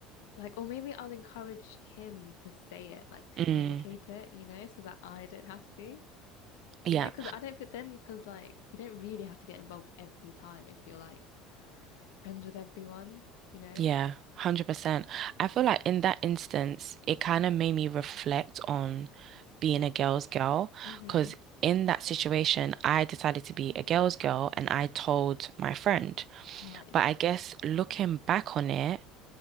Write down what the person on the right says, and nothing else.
Mm,
yeah.
Yeah, 100%. I feel like in that instance, it kind of made me reflect on being a girl's girl
because in that situation, I decided to be a girl's girl and I told my friend.
But I guess looking back on it,